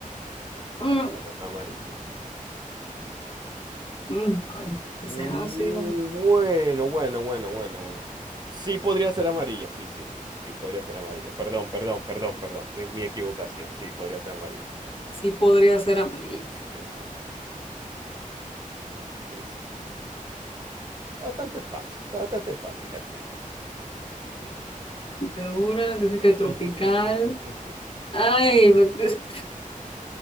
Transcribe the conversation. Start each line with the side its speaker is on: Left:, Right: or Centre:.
Left: Mm,
Right: La pulpa no es amarilla.
Left: mm, a ver, que
Right: Mm,
Left: sea ácida,
Right: bueno, bueno, bueno, bueno, bueno. Sí podría ser amarilla, sí, sí, sí, sí podría ser amarilla. Perdón, perdón, perdón, perdón. Mi, mi equivocación, sí, podría ser amarilla.
Left: sí podría ser amarilla.
Right: Sí, sí, sí, sí, sí. Está Bastante fácil, está bastante fácil, Katia.
Left: Segura, yo sé que tropical.
Right: <laughs>
Left: Ay, pues,